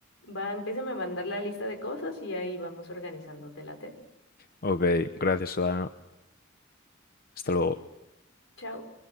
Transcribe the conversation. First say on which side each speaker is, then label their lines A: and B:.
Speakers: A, on the left; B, on the left.
A: Va, empieza a mandar la lista de cosas y ahí vamos organizando te late.
B: Ok, gracias, Dana. Hasta luego.
A: Chao.